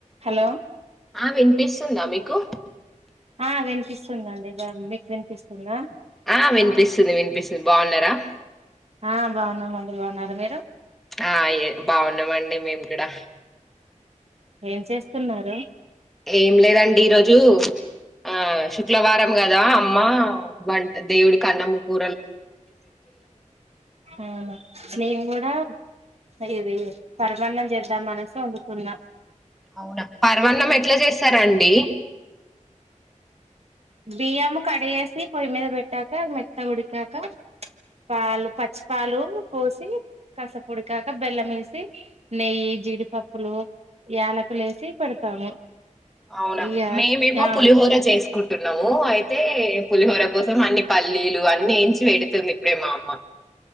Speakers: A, on the right; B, in the centre.
A: Hello
B: ఆ వినిపిస్తుందా మీకు
A: ఆ వినిపిస్తుందండి. రా మీకు వినిపిస్తుందా.
B: ఆ వినిపిస్తుంది వినిపిస్తుంది బాగున్నారా
A: ఆ బాగున్నామండి బాగున్నారా మీరు
B: ఆ ఏ బాగున్నామండి మేము కూడా
A: ఏం చేస్తున్నారు.
B: ఏం లేదండి ఈరోజు ఆ శుక్లవారం కదా అమ్మా వంట దేవుడికి అన్నముకూ
A: అవునా, నేను కూడా ఇది పరమాన్నం చేద్దాం అనేసి వండుకున్న.
B: అవునా, పర్వన్నం ఎట్లా చేస్తారండి.
A: బియ్యం కడిగేస్ ఇది పొయ్యి మీద పెట్టాక మెత్తగ ఉడికాక పాలు పచ్చిపాలు పోసి కసేపుడికాక బెల్లం వేసి నెయ్యి జీడిపప్పులు యాలకులు వేసి పెడతాము.
B: అవునా,
A: ఇగ
B: మేమేమో
A: ఆ
B: పులిహోర చేసు అనుకుంటున్నాము. అయితే పులిహోర కోసం అన్ని పల్లీలు అన్ని వేయించి పెడుతుంది. ఇప్పుడే మా అమ్మ